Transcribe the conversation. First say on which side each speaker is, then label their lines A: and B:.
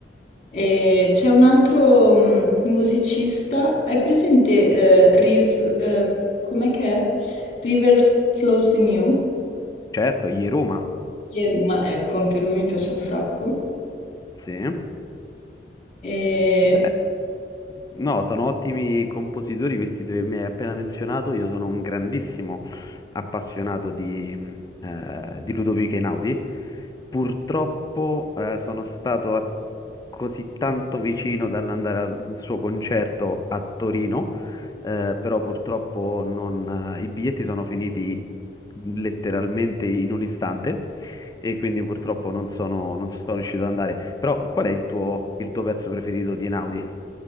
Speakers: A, on the left; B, on the left.
A: E c'è un altro mh, musicista, hai presente eh, Riv, eh, com'è che è? River Flows in You?
B: Certo, gli Roma,
A: Yeruma, ecco, anche lui mi piace un sacco.
B: sì.
A: E
B: Beh. No, sono ottimi compositori questi due che mi hai appena menzionato. Io sono un grandissimo appassionato di, mh, eh, di Ludovico Einaudi. Purtroppo, eh, sono stato a- così tanto vicino dall'andare al suo concerto a Torino, eh, però purtroppo non- eh, i biglietti sono finiti letteralmente in un istante e quindi purtroppo non sono, non sono riuscito ad andare. Però qual è il tuo, il tuo pezzo preferito di Einaudi?